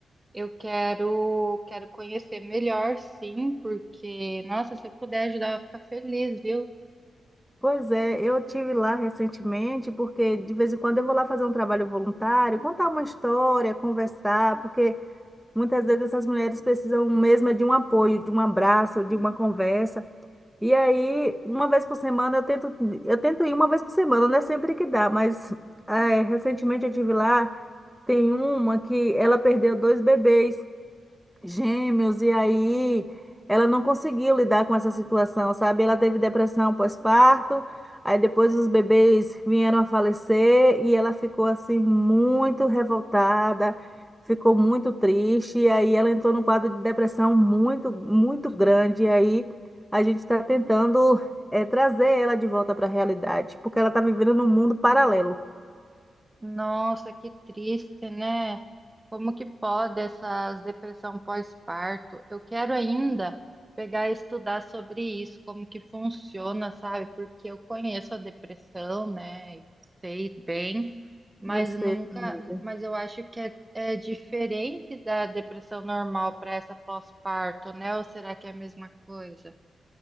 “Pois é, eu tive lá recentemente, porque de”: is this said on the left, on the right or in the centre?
Centre